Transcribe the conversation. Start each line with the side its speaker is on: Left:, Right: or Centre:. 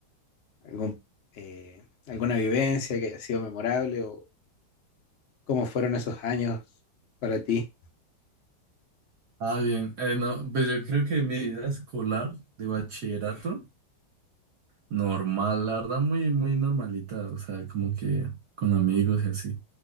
Left: algún, eh, alguna vivencia que haya sido memorable o cómo fueron esos años para ti?
Right: Ah, bien. Eh, no, pues yo creo que mi vida escolar de bachillerato, normal, la verdad, muy, muy normalita. O sea, como que con amigos y así.